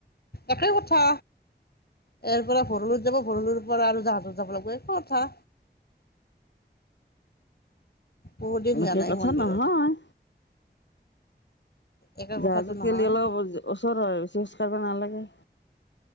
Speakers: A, on the left; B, on the left.
A: একেই কথা ইয়াৰ পৰা ভৰলুত যাব ভৰলুৰ পৰা আৰু জাহাজত যাব লাগিব একে কথা বহুত দিন
B: এনেকে
A: যোৱা নাই
B: কথা
A: মন্দিৰত
B: নহয়
A: একে
B: জাহাজত
A: কথাটো নহয়
B: কেলে অলপ ওচৰত হয় বেছি খোজ কঢ়িব নালাগে